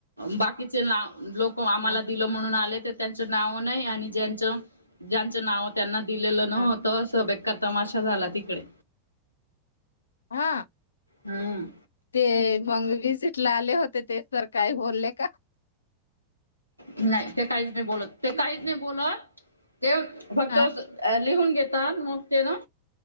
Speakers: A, on the left; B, on the left.
A: बाकीचे ला लोक आम्हाला
B: हा
A: दि म्हणून आले त्यांच नाव नाही आणि जच जच नाव त्यांना दिलेलं नत
B: हा
A: सभग करता माशा झाला तिकडे
B: ह.
A: हम्म.
B: ते मग विजिट ला आले होते ते सर काही बोलले का?
A: नाही ते काहीच नाही बोलत ते काहीच नाही बोलत ते फक्त
B: हा
A: ल घ.